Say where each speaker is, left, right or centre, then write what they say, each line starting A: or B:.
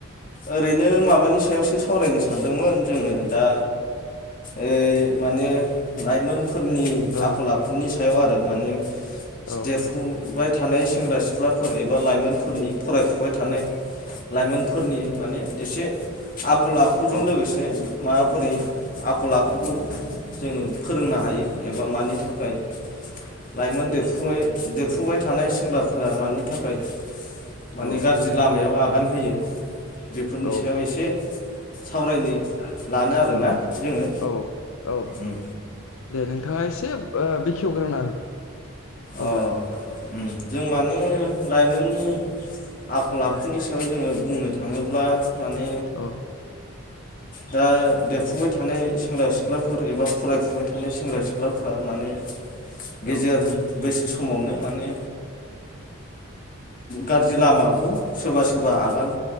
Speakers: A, on the left; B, on the left.
A: ओरैनो माबानि सायावसो सावरायनो सानदोंमोन जोङो दा ओइ माने लाइमोन फोरनि
B: औ
A: आखल आखुनि सायाव आरो माने
B: औ
A: देरफुबाय थानाय सेंग्रा सिख्ला सिख्लाफोर एबा लाइमोनफोरनि फरायफुबाय थानाय लाइमोनफोरनि माने एसे आ आखल आखुजों
B: औ
A: लोगोसे माबोरै आखल आखु जोङो फोरोंनो हायो एबा मानि थाखाय लाइमोन देरफुनाय देरफुबाय थानाय सेंग्राफोरा मानि थाखाय माने
B: औ
A: गाज्रि लामायाव आग गानहोयो बेफोरनि
B: औ
A: सायाव एसे सावरायनो लानो आरोना
B: औ
A: जोङो
B: औ औ
A: उम
B: दे नोंथाङा एसे बेखेवग्रोंना हो
A: अ
B: अब्ला
A: उम जों माने लाइमोननि आखल आखुनि सायाव जोङो बुंनो थाङोब्ला माने
B: औ-
A: दा देरफुबाय थानाय सेंग्रा सिख्लाफोर एबा फरायफुबाय थानाय सेंग्रा सिख्लाफोरा माने गेजेर
B: औ
A: बैसो समावनो माने गाज्रि लामाखौ सोरबा सोरबा आगान